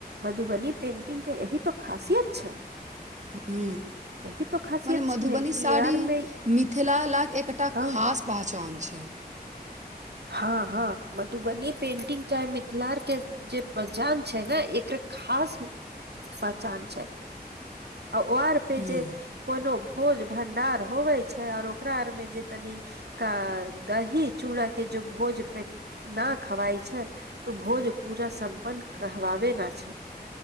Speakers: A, on the right (about 80°); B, on the right (about 45°).
A: मधुबनी पेंटिंग के एहि तऽ खासियत छै
B: हू
A: यही तो खासियत
B: मने मधुबनी
A: छै कि
B: साड़ी
A: यार मे
B: मिथिला ला एकटा
A: हँ
B: खास पहचान छै <unintelligible>
A: हँ हँ मधुबनी पेंटिंग चाहे मिथिला आर के जे पहचान छै ने एकर खा खास पहचान छै आ ओ आर पे
B: हुं,
A: जे कोनो भोज भंडार होवे छै और ओकरा आर में जे तनी कनि दही चूड़ा के जो भोज पे न खवाइ छै तऽ भोज पूरा सम अपन कहवावे न छै